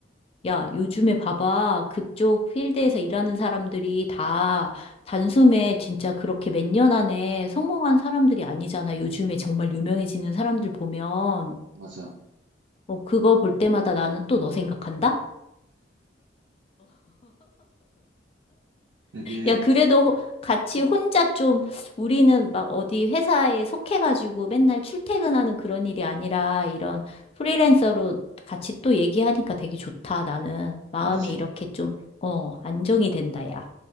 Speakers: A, on the left; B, on the right.
A: 야, 요즘에 봐봐. 그쪽 필드에서 일하는 사람들이 다 단숨에 진짜 그렇게 몇 년 안에 성공한 사람들이 아니잖아. 요즘에 정말 유명해지는 사람들 보면.
B: 맞아
A: 어, 그거 볼 때마다 나는 또 너 생각한다?
B: 이게
A: 야, 그래도 호- 같이
B: 음,
A: 혼자 좀 우리는 막 어디 회사에 속해가지고 맨날 출퇴근하는 그런 일이 아니라 이런 프리랜서로 같이 또 얘기하니까 되게 좋다. 나는 마음에
B: 맞지
A: 이렇게 좀, 어, 안정이 된다, 야.